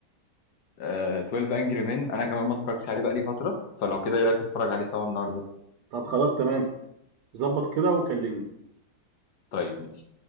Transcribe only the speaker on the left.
آه، 12 انجري مين انا كمان ما اتفرجتش عليه بقالي فتره فلو كده ايه رايك تتفرج عليه سوا النهارده
طيب